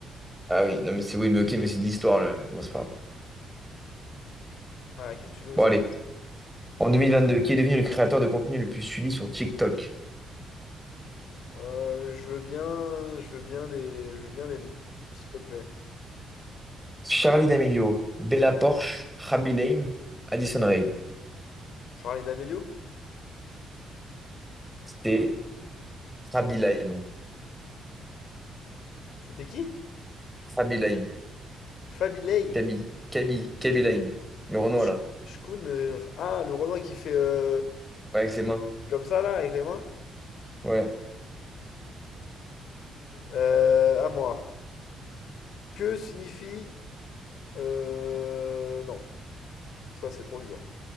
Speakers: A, in the centre; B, on the left (about 70°).
A: Ah oui, non, mais c'est oui, mais ok, mais c'est de l'histoire là. Bon, c'est pas grave.
B: Bah qu'est-ce que tu veux,
A: Bon,
B: c'est...
A: allez. En 2022, qui est devenu le créateur de contenu le plus suivi sur TikTok?
B: Euh, je veux bien, je veux bien les, je veux bien les noms, s'il te plaît.
A: Charlie D'Amelio, Bella Porsche, Rabi Lame, Addison Rae.
B: Charlie D'Amelio?
A: C'était Rabi Lame.
B: C'était qui?
A: Rabi Lame.
B: Fabilei.
A: Kaby. Kaby. Kaby Lame.
B: Cool.
A: Le Renault
B: Sh-
A: là.
B: Shkun, euh, ah, le Renoir qui fait euh,
A: Ouais, avec ses mains.
B: comme ça là, avec les mains.
A: Ouais.
B: Euh, à moi. Que signifie Euh, non, ça c'est trop dur.